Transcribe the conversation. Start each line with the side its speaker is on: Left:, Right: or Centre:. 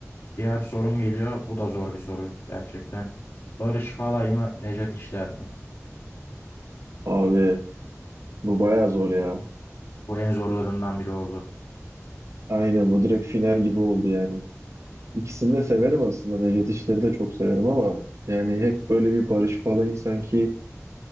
Left: Diğer sorum geliyor. Bu da zor bir soru gerçekten. Barış Falay mı? Nejat İşler mi?
Right: Abi bu bayağı zor ya.
Left: Bu en zorlarından biri oldu.
Right: Aynen bu direkt final gibi oldu yani. İkisini de severim aslında. Necdet İşleri de çok severim ama yani hep böyle bir Barış Falay'ın sanki